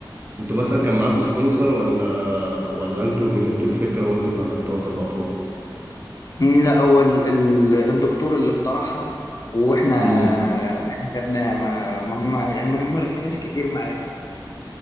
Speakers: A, on the right; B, on the left.
A: انتوا مثلا كان معاكوا سبونسر ولا ولا انتوا اللي جبتوا الفكرة وانتوا اللي عملتوها طبقتوها
B: مم، لا هو ال- ال- الدكتور اللي اقترحها واحنا
A: امم
B: احنا خدناها ما ما ما- يعني ما ما رغيناش كتير معاه